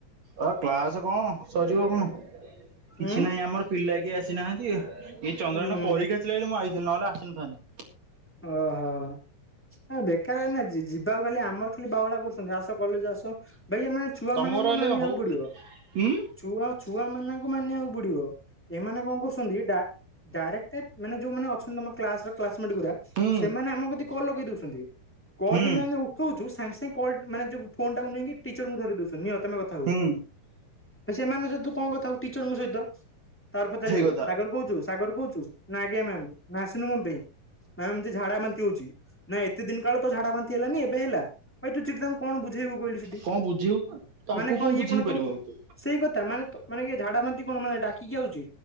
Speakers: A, on the right; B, in the centre.
A: ଅ କ୍ଲାସ କଣ ସରିବ କଣ କିଛି
B: ଉଁ
A: ନାଇଁ ଆମର। ପିଲା କିଏ ଆସିନାହାନ୍ତି ଏ ଏ ଚନ୍ଦନର
B: ଉଁ ହୁଁ
A: ପରୀକ୍ଷା ଥିଲାବୋଲି ମୁଁ ଆଇଥିଲି ନହେଲେ ଆସିନଥାନ୍ତି।
B: ଓହୋ। ଆ ବେକାରେ ନା ଯି ଯିବାକୁ ଖାଲି ଆମର ଖାଲି ବାଉଳା କରୁଛନ୍ତି ଆସ କଲେଜ୍ ଆସ ଭାଇ ଏମାନେ। ଛୁଆ
A: ତମର
B: ମାନଙ୍କୁ
A: ହେଲେ
B: ମାନିବାକୁ
A: ହଉ
B: ପଡିବ।
A: ଉଁ
B: ଛୁଆ ଛୁଆ ମାନଙ୍କୁ ମାନିବାକୁ ପଡିବ ଏମାନେ କଣ କରୁଛନ୍ତି ଡା। ଡାଇରେକ୍ଟ ମାନେ ଯୋଉମାନେ ଅଛନ୍ତି ଆମ କ୍ଲାସ୍ ର କ୍ଲାସ୍ ମେଟ୍ ଗୁରା
A: ହୁଁ
B: ସେମାନେ ଆମକୁ ଯଦି କଲ୍ ଲଗେଇ ଦଉଛନ୍ତି। କଲ୍
A: ହୁଁ
B: ଯଦି ଆମେ ଉଠଉଛୁ ସାଙ୍ଗେ ସାଙ୍ଗେ କଲ୍ ମାନେ ଯୋଉ ଫୋନ୍ ଟାକୁ ନେଇକି ଟିଚରକୁୁ ଧରେଇ ଦଉଛନ୍ତି ନିଅ ତମେ କଥା ହୁଅ।
A: ହୁଁ
B: ସେମାନଙ୍କ ସହିତ ତୁ କଣ କଥା ହବୁ ଟିଚରଙ୍କ ସହିତ ତାପରେ ପଚାରିବେ
A: ସେଇ କଥା
B: ସାଗର କହୁଛୁ। ସାଗର କହୁଛୁ ନା ଆଜ୍ଞା ମ୍ୟାାମ ନା ଆସୁନୁ କଣ ପାଇଁ। ନାଇଁ ଏମତି ଝାଡା ବାନ୍ତି ହଉଛି ନାଇଁ ଏତେ ଦିନ କାଳ ତୋ ଝାଡା ବାନ୍ତି ହେଲାନି ଏବେ ହେଲା ଭାଇ ତୁ ଚିନ୍ତା। କଣ ବୁଝେଇବୁ କହିଲୁ ସେଠି
A: କଣ ବୁଝେଇବୁ ତାଙ୍କୁ
B: ମାନେ କଣ ଇଏ
A: ବୁଝେଇ
B: କଣ
A: ପାରିବୁ
B: ତମ।
A: ଆଉ ତୁ
B: ସେଇ କଥା ମାନେ ମାନେ କି ଝାଡାବାନ୍ତି କଣ ମାନେ ଡାକିକି ଆଉଛି